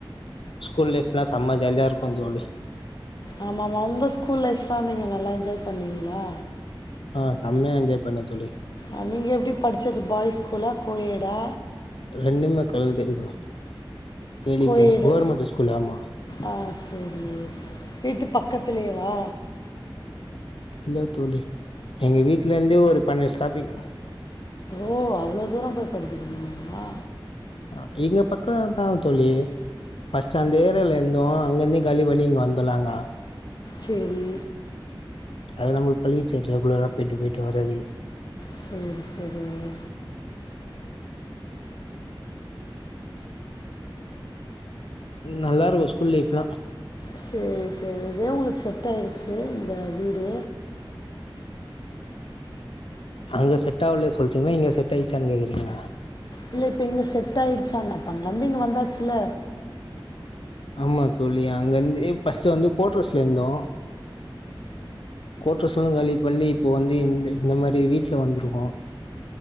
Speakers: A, on the left; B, on the left.
A: ஸ்கூல் லைஃப்லா செம்ம ஜாலியா இருக்கு தோழி
B: ஆமா ஆமா உங்க ஸ்கூல் லைஃப்லா நீங்க நல்லா என்ஜாய் பண்ணீங்களா
A: ஆ செம்மையா என்ஜாய் பண்ணே தோழி
B: அ நீங்க எப்டி படிச்சது பாய்ஸ் ஸ்கூலா கோயேடா
A: ரெண்டுமே கலந்தே <unintelligible> ladies
B: co-ed
A: gents government school ஆமா
B: ஆ சேரி வீட்டு பக்கத்துலயேவா
A: இல்ல தோழி எங்க வீட்ல இருந்தே ஒரு பன்னெண்டு ஸ்டாப்பிங்
B: ஓ அவ்ளோ தூர போய் படிச்சிருக்கீங்களா
A: அ எங்க பக்க அதா தோழி ஃபஸ்ட் அந்த ஏரியால இருந்தோ அங்க இருந்து காலி பண்ணி இங்க வந்தோ நாங்க
B: சேரி
A: அது நமக்கு பழகிடுச்சு ரெகுலரா பெய்ட்டு பெய்ட்டு வர்றது
B: சேரி சேரிங்க
A: நல்லா இருக்கு ஸ்கூல் லைஃப்ல்லா
B: சேரி சேரி இதே உங்களுக்கு செட் ஆய்டுச்சு இந்த வீடு
A: அங்க செட் ஆவல சொல்றீங்களா இங்க செட் ஆயிச்சானு கேக்றீங்களா
B: இல்ல இப்ப இங்க செட் ஆயிடுச்சான்ன இப்ப அங்கருந்து இங்க வந்தாச்சுல்ல
A: ஆமா தோழி அங்கெருந்து ஃபஸ்டு வந்து கோட்ரஸ்ல இருந்தோ கோட்ரஸ்லா காலி பண்ணி இப்போ வந்த இந்த இந்த மாரி வீட்டல வந்துருக்கோ